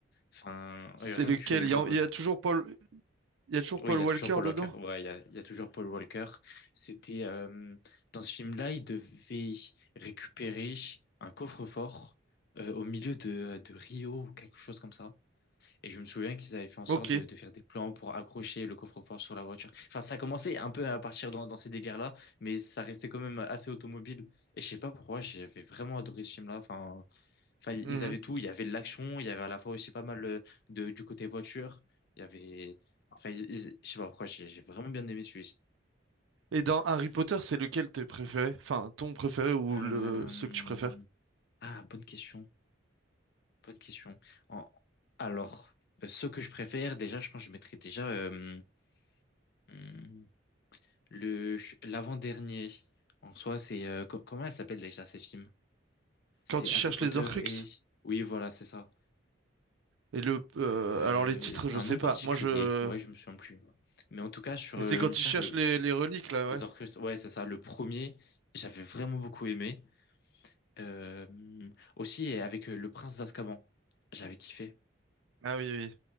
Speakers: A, on the left; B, on the right.
A: Enfin,
B: C'est
A: euh, rien
B: lequel?
A: que
B: Il
A: genre...
B: y, a il
A: euh,
B: y a toujours Paul, il y a toujours Paul
A: Oui, il y
B: Walker
A: a toujours Paul
B: dedans?
A: Walker. Ouais, il y a, il y a toujours Paul Walker. C'était euh, dans ce film-là, il devait récupérer un coffre-fort euh, au milieu de, de Rio ou quelque chose comme ça. Et je me souviens qu'ils avaient fait en sorte
B: Ok.
A: de, de faire des plans pour accrocher le coffre-fort sur la voiture. Enfin, ça commençait un peu à partir dans, dans ces délires-là, mais ça restait quand même assez automobile. Et je sais pas pourquoi, j'avais vraiment adoré ce film-là. Enfin, Enfin, ils
B: Mhm.
A: avaient tout. Il y avait de l'action, il y avait à la fois aussi pas mal euh, de, du côté voiture. Il y avait. Enfin, ils- ils- je sais pas pourquoi, j'ai j'ai vraiment bien aimé celui-ci.
B: Et dans Harry Potter, c'est lequel t'es préféré? Enfin, ton préféré ou
A: Euh,
B: le ceux que tu préfères?
A: Ah, bonne question. Bonne question. En- Alors, euh, ce que je préfère, déjà, je pense que je mettrais déjà euh, hum, le l'avant-dernier. En soi, c'est. euh, co- comment elle s'appelle déjà ces films? C'est
B: Quand ils
A: Harry
B: cherchent
A: Potter
B: les Horcruxes?
A: et. Oui, voilà, c'est ça.
B: Et le, euh,
A: Euh,
B: alors les titres,
A: c'est
B: je
A: un
B: sais
A: nom
B: pas.
A: particulier.
B: Moi, je.
A: Ouais, je me souviens plus. Mais en tout cas, sur,
B: Mais
A: euh,
B: c'est quand
A: il me semble,
B: ils cherchent
A: le,
B: les, les reliques là, ouais.
A: Les Orcus, ouais, c'est ça. Le premier, j'avais vraiment beaucoup aimé. Euh, aussi avec euh, Le Prince d'Azkaban, j'avais kiffé.
B: Ah oui, oui.